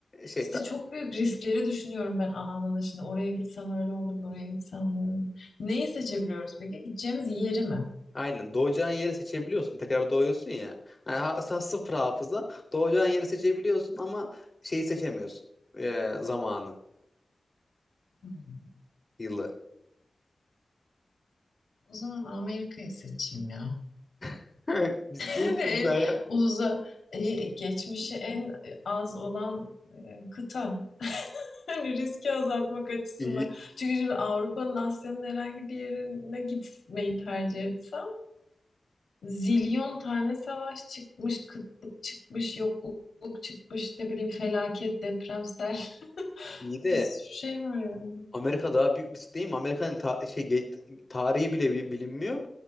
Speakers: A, on the left (about 25°); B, on the left (about 75°).
A: Şey
B: İşte
A: ta-
B: çok büyük riskleri düşünüyorum ben anında. Şimdi oraya gitsem öyle olur, buraya gitsem böyle olur. Neyi seçebiliyoruz peki? Gideceğimiz yeri mi?
A: Aynen. Doğacağın yeri seçebiliyorsun. Tekrar doğuyorsun ya. Yani ha- sa- sıfır hafıza. Doğacağın yeri seçebiliyorsun ama şeyi seçemiyorsun. Ee, zamanı,
B: Hmm,
A: yılı.
B: O zaman Amerika'yı seçeyim ya. <laughs>
A: <laughs> Ciddi
B: Yani
A: misin
B: en
A: sen ya?
B: uza, e, geçmişi en az olan e, kıta. <laughs> Hani riski azaltmak açısından.
A: İyi,
B: Çünkü şimdi Avrupa'nın, Asya'nın herhangi bir yerine gitmeyi tercih etsem zilyon tane savaş çıkmış, kıtlık çıkmış, yokluk çıkmış, ne bileyim felaket, deprem, sel. <laughs>
A: iyi de
B: Bir sürü şey var yani.
A: Amerika daha büyük risk değil mi? Amerika'nın ta- şey, ge- tarihi bile bi- bilinmiyor.